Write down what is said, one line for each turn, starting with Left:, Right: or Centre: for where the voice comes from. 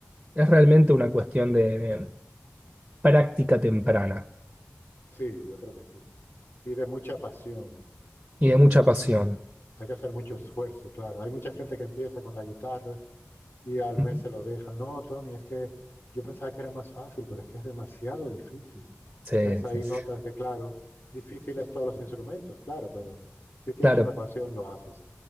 Right: es realmente una cuestión de, de práctica temprana
Left: Sí, yo creo que sí. Y de mucha pasión.
Right: y
Left: porque
Right: de mucha
Left: hay
Right: pasión.
Left: que, hay que hacer mucho esfuerzo, claro. Hay mucha gente que empieza con la guitarra y al
Right: Ujú.
Left: mes se lo deja. No, Tony, es que yo pensaba que era más fácil, pero es que es demasiado difícil.
Right: Sí,
Left: Entonces ahí
Right: sí, sí.
Left: notas que, claro, difícil es todos los instrumentos, claro, pero si tienes
Right: Claro,
Left: una pasión, lo haces.